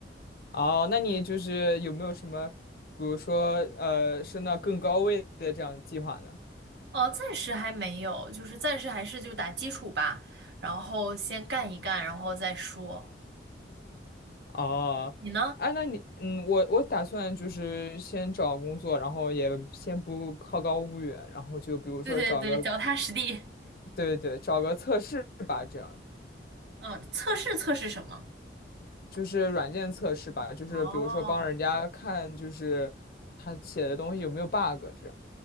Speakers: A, on the left; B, on the right.
A: 哦，那你就是有没有什么，比如说，呃，升到更高位的这样的计划呢？
B: <laughs> 哦，暂时还没有，就是暂时还是就打基础吧，然后先干一干，然后再说。
A: 哦，
B: 你呢？
A: 啊，那你，嗯，我我打算就是先找工作，然后也先不好高骛远，然后就比如说找个，
B: 对对对，脚踏实地。
A: 对对，找个测试吧，这样。
B: 嗯，测试测试什么？
A: 就是软件测试吧，就是比如说帮人家看，
B: 哦
A: 就是他写的东西有没有 bug 这样。